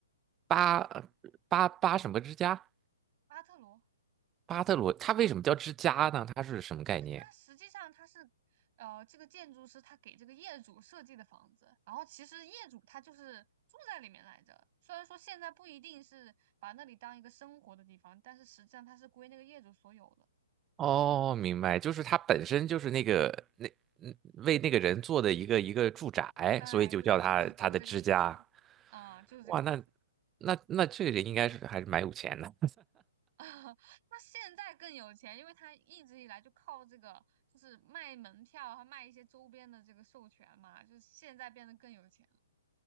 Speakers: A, on the right; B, on the right.
A: 巴巴巴什么之家？
B: 巴特罗。
A: 巴特罗，他为什么叫之家呢？他是什么概念？
B: 就是它实际上它是，呃，这个建筑师他给这个业主设计的房子，然后其实业主他就是住在里面来着。虽然说现在不一定是把那里当一个生活的地方，但是实际上它是归那个业主所有的。
A: 哦，明白，就是他本身就是那个那嗯为那个人做的一个一个住宅，
B: 哎，
A: 所以就叫他他的之家。
B: 对，就是就是这个意思，啊、就是这个意思。
A: 哇，那
B: <laughs>
A: 那那这个人应该是还是蛮有钱的。
B: 啊，那现在更有钱，因为他一直以来就靠这个，就是卖门票和卖一些周边的这个授权嘛，就是现在变得更有钱。